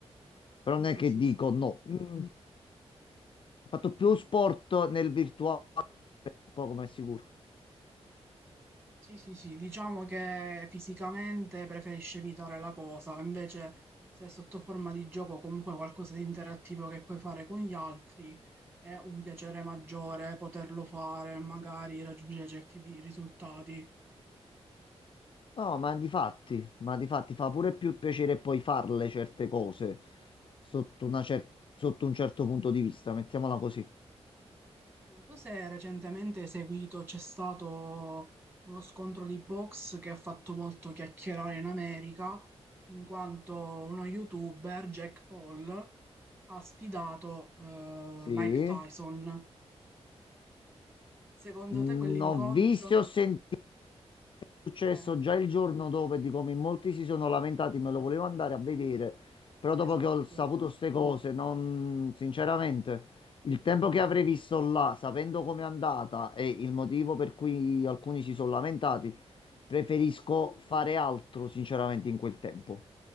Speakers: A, on the left; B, on the right.
A: Però
B: Sì,
A: non
B: sì,
A: è che
B: sì,
A: dico
B: sì.
A: no. Mm, ho fatto più sport nel virtuale, poco ma è sicuro.
B: Sì, sì, sì, diciamo che fisicamente preferisci evitare la cosa, invece se è sotto forma di gioco comunque qualcosa di interattivo che puoi fare con gli altri è un piacere maggiore poterlo fare, magari raggiungere certi di- risultati.
A: No, ma di fatti, ma di fatti fa pure più piacere poi farle certe cose sotto una cer- sotto un certo punto di vista, mettiamola così.
B: Non so se recentemente hai seguito, c'è stato uno scontro di box che ha fatto molto chiacchierare in America, in quanto uno youtuber, Jack Paul, ha sfidato eh,
A: Sì.
B: Mike Tyson. Secondo
A: Mm,
B: te quell'incontro?
A: ho visto e ho sentito è successo
B: Eh,
A: già il giorno dopo e di come in molti si sono lamentati, me lo volevo andare a vedere, però
B: esatto.
A: dopo che ho saputo queste cose, non, sinceramente, il tempo che avrei visto là, sapendo com'è andata e il motivo per cui alcuni si sono lamentati, Preferisco
B: Mm.
A: fare altro, sinceramente, in quel tempo.